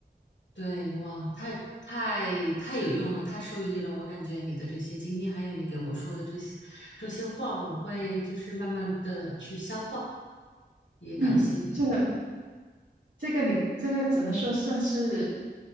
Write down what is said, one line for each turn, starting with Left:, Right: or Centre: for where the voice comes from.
Left: 对哇，太太太有用了，太受益了。我感觉你的这些经历，还有你给我说的这些这些话，我会就是慢慢的去消化。也感谢你，
Right: 嗯，这个
Left: 嗯。
Right: 这个你这个只能说算是